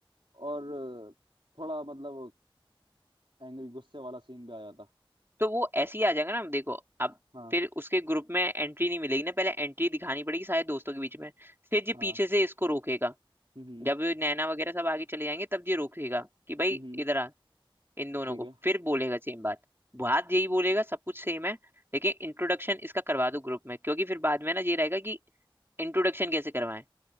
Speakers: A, on the right; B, on the right.
A: और अ, थोड़ा मतलब एंग्री गुस्से वाला सीन भी आ जाता
B: तो वो ऐसे ही आ जाएगा ना देखो अब
A: हाँ
B: फिर उसके ग्रुप में एंट्री नहीं मिलेगी ना पहले एंट्री दिखानी पड़ेगी सारे दोस्तों के बीच में फिर ये
A: हाँ
B: पीछे से इसको रोकेगा
A: हम्म
B: जब ये नैना वगैरह सब आगे चले जाएंगे तब ये रोकेगा कि भाई
A: हम्म हम्म,
B: इधर आ इन दोनों
A: ठीक
B: को
A: है
B: फिर बोलेगा सेम बात बात यही बोलेगा सब कुछ सेम है लेकिन इंट्रोडक्शन इसका करवा दो ग्रुप में क्योंकि फिर बाद में ना ये रहेगा कि इंट्रोडक्शन कैसे करवाएं